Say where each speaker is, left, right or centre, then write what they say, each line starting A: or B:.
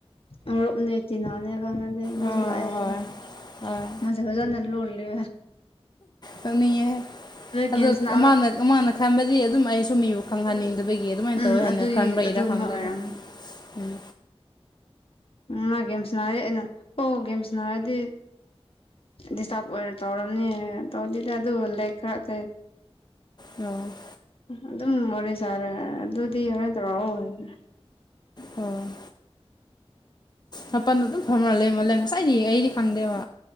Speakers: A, on the left; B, on the left.
A: ꯃꯔꯨꯞꯅꯤ ꯆꯤꯟꯅꯥꯅꯦ ꯈꯪꯅꯗꯦ ꯅꯪꯁꯨ
B: ꯑꯥ
A: ꯂꯥꯛꯑꯦ
B: ꯍꯣꯏ
A: ꯍꯥꯏꯔꯦ
B: ꯍꯣꯏ
A: ꯃꯁ ꯐꯖꯅ ꯂꯣꯜꯂꯦ
B: ꯀꯞꯅꯤꯡꯉꯦ ꯑꯗꯣ
A: ꯒꯦꯝ ꯁꯥꯟꯅꯕ
B: ꯃꯥꯅ ꯈꯟꯕꯗꯤ ꯑꯗꯨꯝ ꯑꯩꯁꯨ ꯃꯤꯕꯨ ꯈꯪꯍꯟꯅꯤꯡꯗꯕꯒꯤ ꯑꯗꯨꯃꯥꯏꯅ
A: ꯎꯝ
B: ꯇꯧꯋꯦ ꯍꯥꯏꯅ
A: ꯑꯗꯨꯒꯤ
B: ꯈꯟꯕꯒꯤꯔ
A: ꯑꯗꯨꯒꯨꯝꯕ
B: ꯈꯪꯗꯗ
A: ꯑꯣꯏꯔꯝꯅꯤ
B: ꯎꯝ
A: ꯃꯥ ꯒꯦꯝ ꯁꯟꯅꯔꯤ ꯑꯩꯅ ꯑꯣ ꯒꯦꯝ ꯁꯟꯅꯔꯗꯤ ꯗꯤꯁꯇꯥꯔꯕ ꯑꯣꯏꯅ ꯇꯧꯔꯝꯅꯤ ꯍꯥꯏꯅ ꯇꯧꯗꯦꯗ ꯑꯗꯨꯗꯤ ꯑꯗꯨ ꯂꯥꯏꯔꯤꯛ ꯈꯔ
B: ꯎꯝ <unintelligible>
A: ꯑꯗꯨꯝ ꯋꯥꯔꯤ ꯁꯥꯔꯦ ꯑꯗꯨꯗꯤ ꯍꯣꯔꯦꯟ ꯇꯧꯔꯛꯑꯣ ꯍꯥꯏꯕꯅꯦ
B: ꯎꯝ ꯃꯄꯥꯜꯗ ꯑꯗꯨꯝ ꯐꯝꯃꯜꯂꯦ ꯉꯁꯥꯏꯗꯤ ꯑꯩꯗꯤ ꯈꯪꯗꯦꯕ